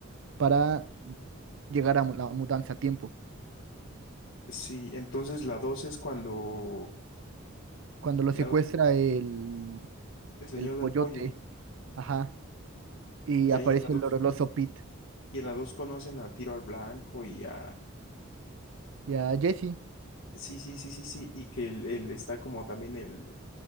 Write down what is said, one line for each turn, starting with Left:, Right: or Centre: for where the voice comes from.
Right: Para llegar a mu- la mudanza a tiempo.
Left: Sí, entonces la 2 es cuando
Right: Cuando lo
Left: la-
Right: secuestra el,
Left: el señor
Right: el pollote.
Left: del pollo.
Right: Ajá. Y
Left: Y
Right: aparece
Left: ahí en la 2
Right: el oloroso Pete.
Left: y en la 2 conocen a Tiro al Blanco y a...
Right: Y a Jesse,
Left: Sí, sí, sí, sí, sí. Y que él, él está como también el